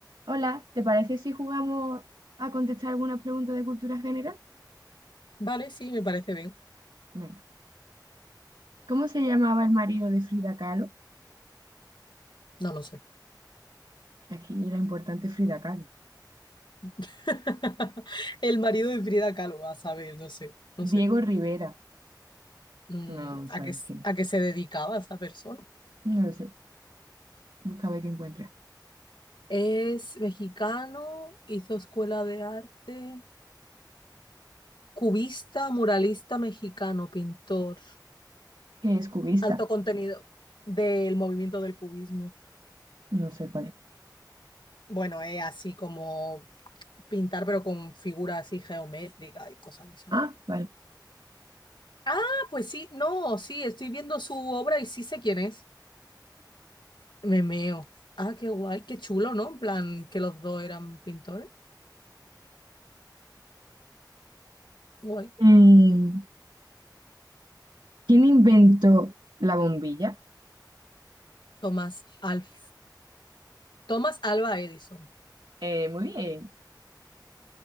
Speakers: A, on the right; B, on the left.
A: Hola, ¿te parece si jugamos a contestar algunas preguntas de cultura general?
B: Vale, sí, me parece bien.
A: Venga. ¿Cómo se llamaba el marido de Frida Kahlo?
B: No lo sé.
A: Aquí la importante Frida Kahlo.
B: <laughs> El marido de Frida Kahlo, a saber, no sé, no
A: Diego
B: sé.
A: Rivera.
B: mm,
A: No sabemos
B: ¿a qué, s-
A: quién es.
B: a qué se dedicaba esa persona?
A: No lo sé. Busca a ver qué encuentra.
B: Es mexicano, hizo escuela de arte, cubista, muralista mexicano, pintor.
A: ¿Qué es cubista?
B: Alto contenido del movimiento del cubismo.
A: No sé cuál es.
B: Bueno, es así como pintar, pero con figuras así geométricas y cosas de esas.
A: Ah, vale.
B: Ah, pues sí, no, sí, estoy viendo su obra y sí sé quién es. Me meo. Ah, qué guay, qué chulo, ¿no? En plan, que los dos eran pintores. Guay.
A: Mm, ¿quién inventó la bombilla?
B: Tomás Alf. Tomás Alba Edison.
A: Eh, muy bien.